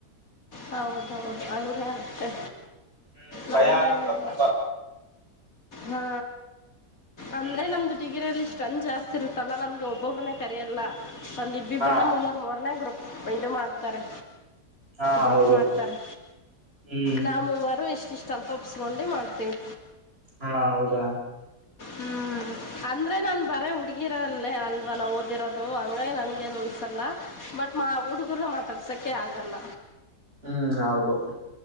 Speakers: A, on the left; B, on the right.
A: ಹೌದೌದು ಹಂಗಾಗತ್ತೆ
B: ಹ್ಮ್
A: ನಮ್ದೇನಿಲ್ಲ.
B: ಭಯ ಆಗುತ್ತ ತುಂಬಾ
A: ಹಾ ಅಂದ್ರೆ
B: ಹ್ಮ್
A: ನಮ್ದು ಡಿಗ್ರಿಯಲ್ಲಿ ಇಷ್ಟ. ನ್ ಜಾಸ್ತಿ ಇರುತ್ತಲ್ಲ ನಮ್ಗೆ ಒಬ್ಬೊಬ್್ರನೆೇ ಕರಿಯಲ್ಲ ಒಂದ ಇಬ್ಬಿಬ್್ರನೆೇ
B: ಹಾ
A: ಮೂವರ್ ಮೂರನೇ ಗ್ರೊಪ. ಅ ಇು ಮಾಡ್ತಾರೆ.
B: ಹಾ
A: ಗ್ರೂಪ್
B: ಹೌದು.
A: ಮಾಡ್ತಾರೆ
B: ಹ್ಮ್
A: ನಾ ಮೂವರು ಇಷ್ಟಿಷ್ಟ ಅಂತ ಒಪ್ಪಸ್ಕೊಂಡು ಮಾಡ್ತೀವಿ.
B: ಹಾ ಹೌದಾ
A: ಹ್ಮ್ ಅಂದ್ರೆ ನಾನ್ ಬರೇ ಹುಡ್ಗಿರಲ್ಲೇ ಅಲ್ವಾ ನಾ ಓದಿರೋದು ಹಂಗಾಗಿ ನನ್ಗೇನು. ಲ್ಲ ಬಟ್ ಮಾ ಹುಡುಗರ ಮಾತಾಡ್ಸಕ ಆಗಲ್ಲ.
B: ಹ್ಮ್ ಹೌದು